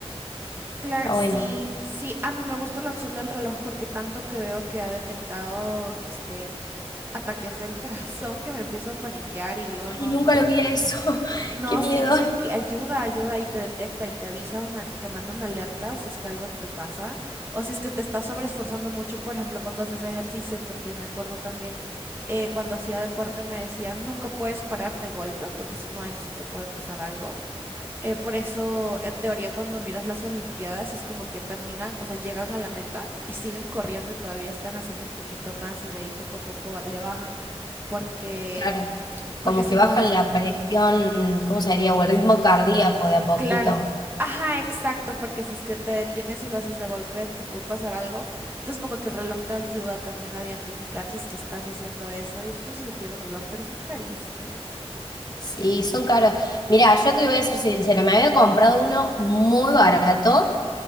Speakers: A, on the right; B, on the left.
A: Claro,
B: Está
A: sí,
B: bueno.
A: sí, a mí me gusta la opción del reloj porque tanto que veo que ha detectado este ataques del <laughs> corazón que me empiezo a paniquear y digo, no,
B: Y nunca lo vi a eso. <laughs>
A: No,
B: Qué miedo.
A: sí dicen que ayuda, ayuda y te detecta y te avisa una, y te manda una alerta si es que algo te pasa o si es que te estás sobreesforzando mucho, por ejemplo, cuando haces ejercicio, porque me acuerdo también eh, cuando hacía deporte me decían, nunca puedes parar de golpe porque si no ahí sí te puede pasar algo. Eh, por eso, en teoría, cuando miras las Olimpiadas es como que terminan, o sea, llegan a la meta y siguen corriendo y todavía están haciendo un poquito más y de ahí poco a poco le bajan porque...
B: Claro,
A: Porque
B: como
A: si
B: que bajan
A: no
B: la presión, ¿cómo se diría? O el ritmo cardíaco de a poquito.
A: Claro. Ajá, exacto, porque si es que te detienes y lo haces de golpe, te puede pasar algo. Entonces, como que el reloj te ayuda también a identificar si es que estás haciendo eso. Y es por eso que quiero el reloj, pero son carísimos.
B: Sí, son caros. Mira, yo te voy a ser sincera, me había comprado uno muy barato.